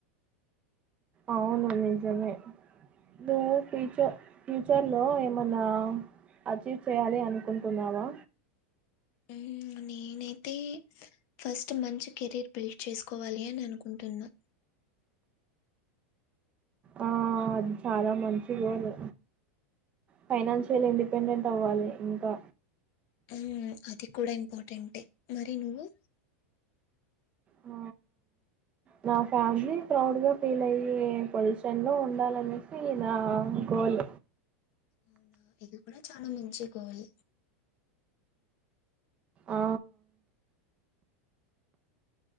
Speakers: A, on the right; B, on the left.
A: అవును నిజమే నువ్వు ఫ్యూచ ఫ్యూచర్లో ఏమన్నా అచీవ్ చెయ్యాలి అనుకుంటున్నావా
B: ఎయ్ ఇంగ నేనైతే ఫస్ట్ మంచి కెరీర్ బిల్డ్ చేసుకోవాలి అని అనుకుంటున్నా
A: ఆ అది చాలా మంచి గోలు ఫైనాన్షియల్ ఇండిపెండెంట్ అవ్వాలి ఇంకా
B: ఉమ్ అది కూడా ఇంపార్టెంట్ యే మరి నువ్వు
A: ఆ నా ఫ్యామిలీ ప్రౌడ్ గా ఫీల్ అయ్యే పొజిషన్ లో ఉండాలనేసి నా గోల్
B: అవునా! ఇది కూడా చాలా మంచి గోల్
A: ఆ